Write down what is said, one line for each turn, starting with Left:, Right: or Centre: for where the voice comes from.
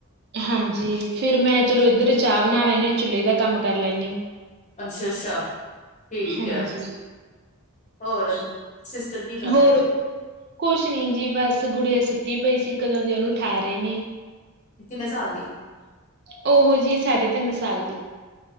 Right: ਹਾਂਜੀ ਫੇਰ ਮੈਂ ਚਲੋ ਇੱਧਰ ਚਾਹ ਬਣਾ ਲੈਨੀ ਹਾਂ ਚੁੱਲੇ ਦਾ ਕੰਮ ਕਰ ਲੈਂਦੀ ਹਾਂ
Left: ਅੱਛਾ-ਅੱਛਾ ਠੀਕ
Right: ਹਾਂਜੀ।
Left: ਹੈ ਹੋਰ ਸਿਸਟਰ ਕੀ ਕਰ
Right: ਹੋਰ
Left: ਰਹੇ
Right: ਕੁਛ ਨੀ ਜੀ ਬਸ ਗੁਡੀਆਂ ਸੁੱਤੀ? ਸੁੱਤੀ ਪਈ ਸੀ ਕਦੋਂ ਦੇ ਉਹਨੂੰ ਉੱਠਾ ਰਹੇ ਨੇ?
Left: ਕਿੰਨੇ ਸਾਲ ਦੀ ਹੋ?
Right: ਉਹ ਜੀ ਤਿੰਨ ਸਾਲ ਦੀ।